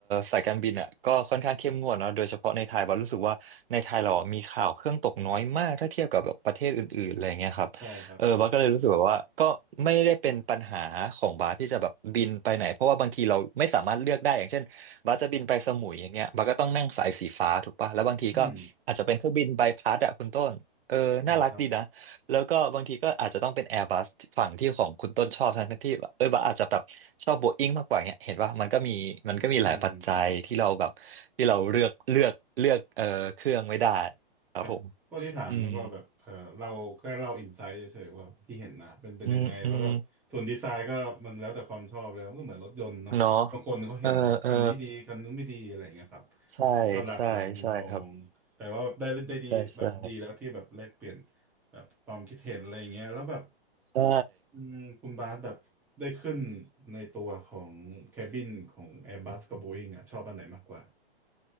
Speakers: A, on the right; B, in the centre.
A: สายการบินอ่ะก็ค่อนข้างเข้มงวดเนาะโดยเฉพาะในไทยบ้าสรู้สึกว่าในไทยเรามีข่าวเครื่องตกน้อยมากถ้าเทียบกับแบบประเทศอื่นๆอะไรอย่างเงี้ยครับ
B: ใช่ครับ
A: เออบัสก็เลยรู้สึกแบบว่าก็ไม่ได้เป็นปัญหาของบัสที่จะแบบบินไปไหนเพราะว่าบางทีเราไม่สามารถเลือกได้อย่างเช่นบัสจะบินไปสมุยอย่างเงี้ยบัสก็ต้องนั่งสายสีฟ้าถูกปะแล้วบางทีก็อาจจะเป็นเครื่องบินใบพัดอะคุณต้นเออน่ารักดีนะแล้วก็บางทีก็อาจจะต้องเป็นแอร์บัสฝั่งที่ของคุณต้นชอบทั้งที่แบบเออบัสอาจจะแบบชอบโบอิ้งมากกว่าเงี้ยเห็นว่ามันก็มีมันก็มีหลายปัจจัยที่เราแบบที่เราเลือกเลือกเลือกเออเครื่องไม่ได้
B: อืมใช่ครับอืม
A: ครับผม
B: ครับก็ที่ถามแล้วก็แบบเออเราแค่เล่าอินไซต์เฉยๆว่าที่เห็นนะเป็นเป็นยังไงแล้วก็ส่วนดีไซน์ก็มันแล้วแต่ความชอบเลยมันก็เหมือนรถยนต์เนาะบางคนเขาเห็นคันนี้ดีคันนู้นไม่ดีอะไรอย่างเงี้ยครับ
A: อืมอืมอืม เนาะ เออ เออ ใช่
B: มันก็หลากหลายมุมมองแต่ว่าได้ได้ดีแบบดีแล้วที่แบบแลกเปลี่ยน
A: ใช่ ใช่ครับ ใช่ ใช่
B: แบบความคิดเห็นอะไรอย่างเงี้ยแล้วแบบ
A: ใช่
B: อืมคุณบาสแบบได้ขึ้นในตัวของแคบินของ Airbus กับ Boeing อ่ะชอบอันไหนมากกว่า